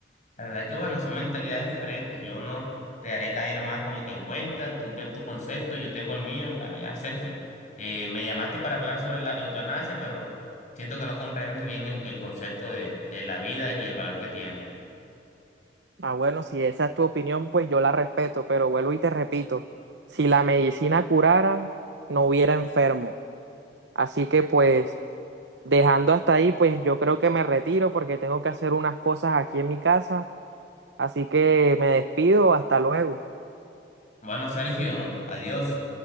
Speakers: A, on the left; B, on the right.
A: La verdad que bueno, son mentalidades diferentes. Yo no te haré caer más como quien cuenta. Tú ten tu concepto, yo tengo el mío. Y bueno, ya, Sergio, eh, me llamaste para hablar sobre la eutanasia, pero siento que no comprendes bien el, el concepto de, de la vida y el valor que tiene.
B: Ah, bueno, si esa es tu opinión, pues yo la respeto, pero vuelvo y te repito, si la medicina curara, no hubiera enfermo. Así que pues dejando hasta ahí, pues yo creo que me retiro porque tengo que hacer unas cosas aquí en mi casa. Así que me despido, hasta luego.
A: Bueno, Sergio, adiós.